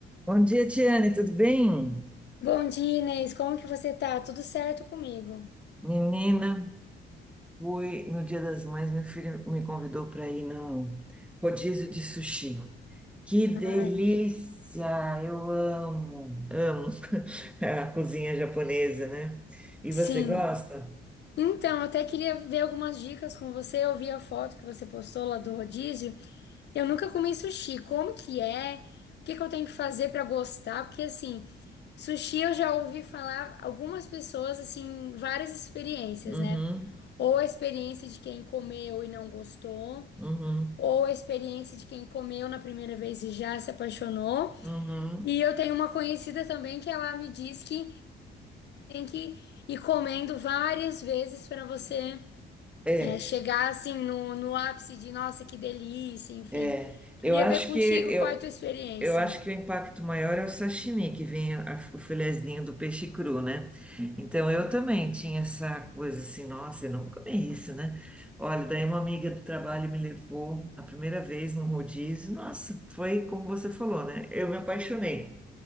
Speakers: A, in the centre; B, on the left.
A: Bom dia, Tiane, tudo bem?
B: Bom dia, Inês. Como que você tá? Tudo certo comigo?
A: Menina, fui no Dia das Mães, meu filho me convidou para ir no rodízio de sushi. Que delícia!
B: Ai,
A: Eu amo, amo <laughs> a cozinha japonesa, né? E
B: sim.
A: você gosta?
B: Então, eu até queria ver algumas dicas com você. Eu vi a foto que você postou lá do rodízio. Eu nunca comi sushi. Como que é? O que que eu tenho que fazer pra gostar? Porque assim, sushi eu já ouvi falar algumas pessoas assim, várias experiências,
A: Uhum,
B: né? Ou a experiência de quem comeu e não gostou,
A: uhum,
B: ou a experiência de quem comeu na primeira vez e já se apaixonou.
A: uhum.
B: E eu tenho uma conhecida também que ela me diz que tem que ir comendo várias vezes para você
A: É,
B: é, chegar assim no, no ápice de nossa, que delícia, enfim.
A: é.
B: Queria
A: Eu acho
B: ver contigo
A: que eu,
B: qual é a tua experiência.
A: Eu acho que o impacto maior é o sashimi, que vem a- o filezinho do peixe cru, né? Então eu também tinha essa coisa assim, nossa, eu não comi isso, né? Olha, daí uma amiga do trabalho me levou a primeira vez num rodízio, nossa, foi como você falou, né? Eu me apaixonei,